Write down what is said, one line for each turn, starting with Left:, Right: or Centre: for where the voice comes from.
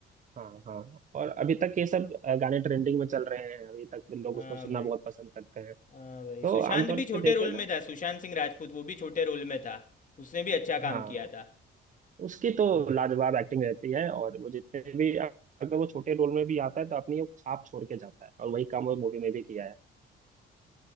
Right: हाँ हाँ और अभी तक ये सब अ, गाने ट्रेंडिंग में चल रहे हैं अभी तक लोग
Left: हाँ
Right: उसको सुनना
Left: भाई
Right: बहुत पसंद करते हैं
Left: हाँ भाई
Right: तो
Left: सुशांत
Right: आमतौर
Left: भी छोटे
Right: पे देखे
Left: रोल
Right: ना
Left: में था सुशांत सिंह राजपूत वो भी छोटे रोल में था उसने भी अच्छा
Right: हाँ
Left: काम किया था
Right: उसकी तो लाजवाब एक्टिंग रहती है और वो जितने भी अगर वो छोटे रोल में भी आता है तो अपनी वो छाप छोड़ के जाता है और वही काम वो मूवी में भी किया है